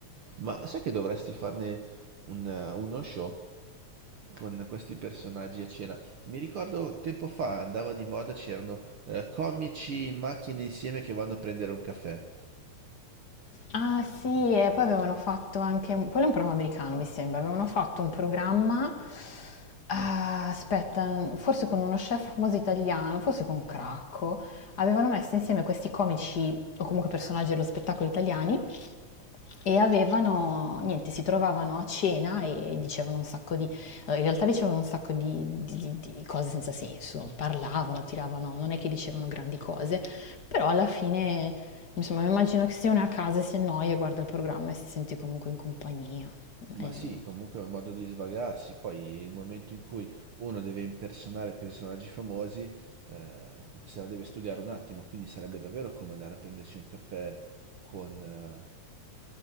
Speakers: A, on the right; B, on the left.
A: Ma sai che dovresti farne un- eh, uno show? con questi personaggi a cena. Mi ricordo tempo fa andava di moda, c'erano eh, comici in macchina insieme che vanno a prendere un caffè.
B: Ah sì, e poi avevano fatto anche, un- quello è un programma americano mi sembra, avevano fatto un programma, ah, aspetta, forse con uno chef famoso italiano, forse con Cracco, avevano messo insieme questi comici o comunque personaggi dello spettacolo italiani E avevano, niente, si trovavano a cena e dicevano un sacco di, eh, in realtà dicevano un sacco di, di- di- di cose senza senso, parlavano, tiravano, non è che dicevano grandi cose, però alla fine, insomma, mi immagino che se uno è a casa e si annoia, guarda il programma e si sente comunque in compagnia.
A: Ma
B: Eh,
A: sì, comunque è un modo di svagarsi. Poi il momento in cui uno deve impersonare personaggi famosi, eh, se la deve studiare un attimo, quindi sarebbe davvero come andare a prendersi un caffè con, eh,